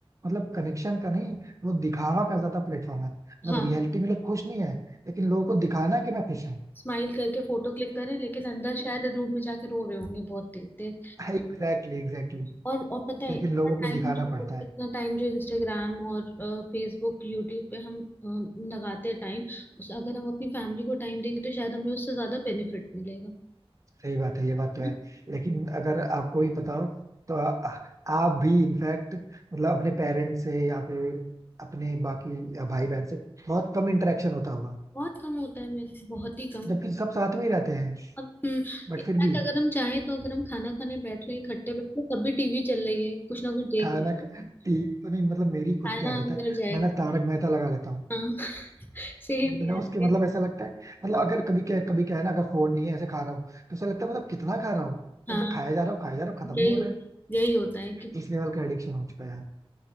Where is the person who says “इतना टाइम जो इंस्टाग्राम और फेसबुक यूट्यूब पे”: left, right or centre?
Left